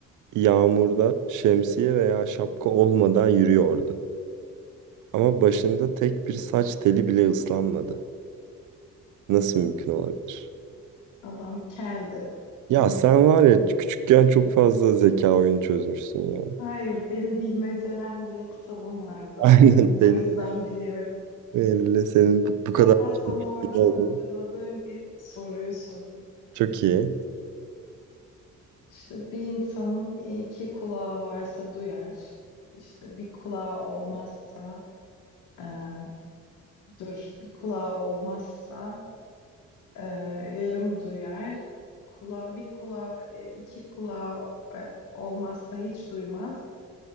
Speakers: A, on the right; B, on the left.
A: yağmurda şemsiye veya şapka olmadan yürüyordu. Ama başında tek bir saç teli bile ıslanmadı. Nasıl mümkün olabilir?
B: Adam keldi.
A: Ya sen var ya küçükken çok fazla zeka oyunu çözmüşsün ya.
B: Hayır, benim bilmeceler diye kitabım vardı.
A: <laughs> Aynen tehlikeli.
B: O yüzden biliyorum.
A: Belli senin bu, bu kadar
B: Hatta sana
A: iyi
B: oradan
A: olduğunu.
B: hatırladığım bir soruyu sorayım.
A: Çok iyi.
B: İşte bir insanın iki kulağı varsa duyar. İşte bir kulağı olmazsa, eee, dur, bir kulağı olmazsa Ee, yarım duyar. Kula, bir kulağı, e, iki kulağı e, olmazsa hiç duymaz.